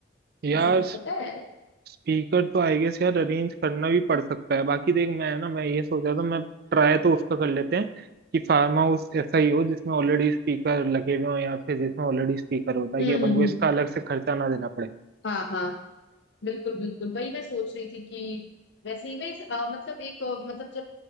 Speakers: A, on the right (about 50°); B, on the left (about 65°).
A: यार
B: कुछ कुछ पता है
A: स्पीकर तो आई गेस यार अरेंज करना भी पड़ सकता है बाकी देख मैं ना मैं ये सोच रहा था मैं ट्राई तो उसका कर लेते हैं कि फार्म हाउस ऐसा ही हो जिसमें ऑलरेडी स्पीकर लगे हुए हो या फिर जिसमें ऑलरेडी स्पीकर होता है
B: हम्म
A: कि अपन
B: हम्म
A: को
B: हम्म।
A: इसका अलग से खर्चा ना देना पड़े
B: हाँ हाँ बिल्कुल बिल्कुल वही मैं सोच रही थी कि वैसे ही मैं इस, अ, मतलब एक अ, मतलब जब